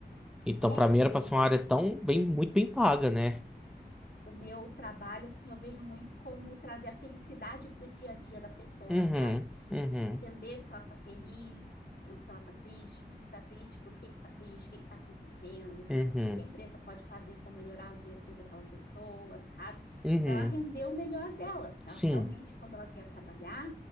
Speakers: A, in the centre; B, on the left (about 70°).
A: Então,
B: É,
A: pra mim,
B: e
A: era pra ser uma
B: a
A: área
B: gente
A: tão bem, muito bem paga, né?
B: o meu trabalho, assim, eu vejo muito como trazer a felicidade para o dia a dia da pessoa,
A: Uhum,
B: sabe?
A: uhum,
B: Entender se ela tá feliz, ou se ela tá triste, por se tá triste, por que que tá triste, o que que tá acontecendo, o
A: uhum,
B: que que a empresa pode fazer para melhorar o dia a dia daquela pessoa, sabe?
A: uhum.
B: Para ela render o melhor dela, para
A: Sim.
B: ela realmente, quando ela vier trabalhar,